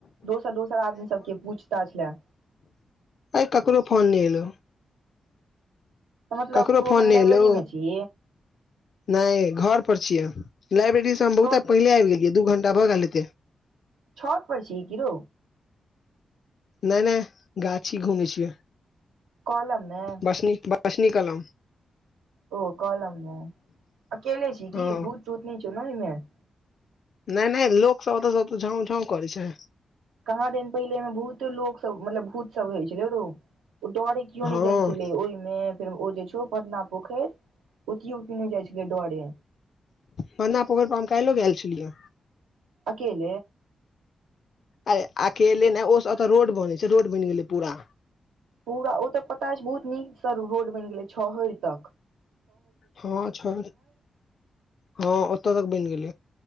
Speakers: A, on the right; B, on the left.
A: दोसर दोसर आदमी सबके पूछता छल
B: आइ काको फोन नहि एल
A: तऽ मतलब
B: ककरो
A: तू
B: फोन
A: एखन
B: नहि
A: लाइब्रेरी
B: एलौ
A: मे छी
B: नहि घर परर छियै लाब्रेरी से हम
A: छत
B: बहुत पहिले आब गे दू घ्टा बऽ गेले त
A: छत परड़ छी क र
B: नहि नहि गाछ ही घूमे छियै
A: कॉलम मे
B: बसनी बसनी कल
A: ओ कलम मे अकेले छी
B: हँ
A: क भूत तूत नहि छौ ने ओम
B: नहि नहि लोक सब ओतऽ सब तऽ झाँउव झाँंव करै छ
A: कहाँ दे पहिले में बहुते ल मतलब भूत सब होइ छलै रो ओ डरे केओ नहि
B: हँ
A: जाइ छलै ओहिम फेर ओ जे छ पटना पोखरि ओतो किने जाइ छलैडरे
B: बना पोखरि पर हम काल्हिो गेल छलिय
A: अकेल
B: अरे अकेले ने ओ ओतऽ रोड बनै छै रोड बनि गेलै पूर
A: पूरा ओ तऽ पता बहुत नीक सर रोड बनि गेलै छहरि त
B: हँ छ हँ ओतऽ तक बनि गेल